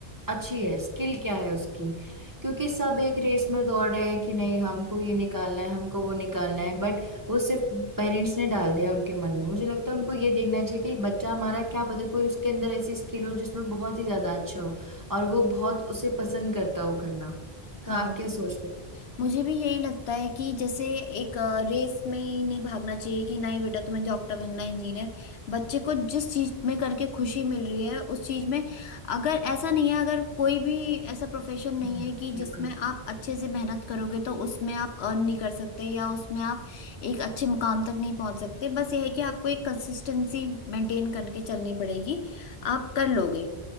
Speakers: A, on the right; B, on the left.
A: अच्छी है स्किल क्या है उसकी क्योंकि सब एक रेस में दौड़ रहे हैं कि नहीं हमको ये निकालना है हमको वो निकालना है बट वो सिर्फ पेरेंट्स ने डाल दिया उनके मन में मुझे लगता है उनको ये देखना चाहिए कि बच्चा हमारा क्या पता कोई उसके अंदर ऐसी स्किल हो जिसमें बहुत ही ज्यादा अच्छा हो और वो बहुत उसे पसंद करता हो करना
B: हाँ
A: तो आप क्या सोचते
B: मुझे भी यही लगता है कि जैसे एक अ, रेस में ही नहीं भागना चाहिए कि नहीं बेटा तुम्हें डॉक्टर बनना है, इंजीनियर बच्चे को जिस चीज में करके खुशी मिल रही है उस चीज में अगर ऐसा नहीं है अगर कोई भी ऐसा प्रोफेशन नहीं
A: हैं
B: है कि
A: बिल्कुल
B: जिसमें आप अच्छे से मेहनत करोगे तो उसमें आप अर्न नहीं कर सकते या उसमें आप एक अच्छे मुकाम तक नहीं पहुंच सकते बस यह है कि आपको एक कंसिस्टेंसी मेंटेन करके चलनी पड़ेगी आप कर लोगे